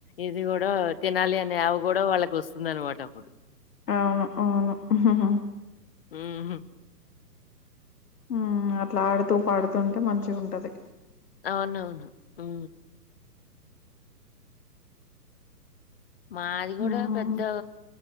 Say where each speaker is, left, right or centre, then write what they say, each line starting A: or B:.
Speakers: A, on the left; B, on the left.
A: ఇది కూడా తినాలి అని ఆగ్ కూడా వాళ్ళకి వస్తుంది అనమాట అప్పుడు
B: అవును అవును ఆహా హా
A: ఉహు
B: ఉ అట్లా ఆడుతూ పాడుతూంటే మంచిగుంటది
A: అవునవును ఉ మాది కూడా
B: మ్మ్
A: పెద్ద